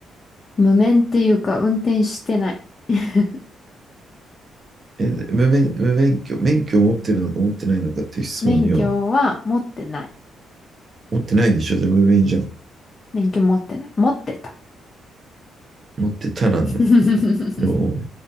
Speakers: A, on the left; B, on the right.
A: 無免っていうか、運転してない。<laughs>
B: え、無免、無免許、免許を持ってるのか持ってないのかっていう質問には、
A: 免許は持ってない。
B: 持ってないでしょで、じゃあ無免じゃん。
A: 免許持ってない。持ってた。
B: 持ってたなんだ。
A: <laughs>
B: でも、